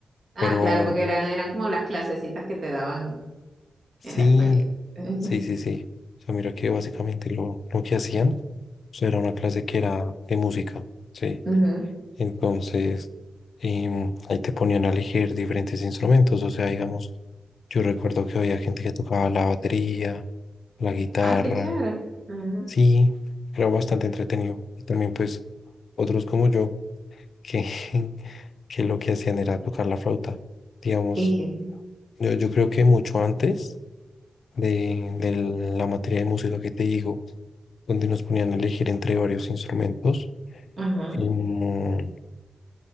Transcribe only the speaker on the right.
Ah,
claro, porque eran, eran como las clasecitas que te daban
en la escuelita. Ujú,
ujú.
Ay, qué chévere. Ujú.
Dije,
ajá,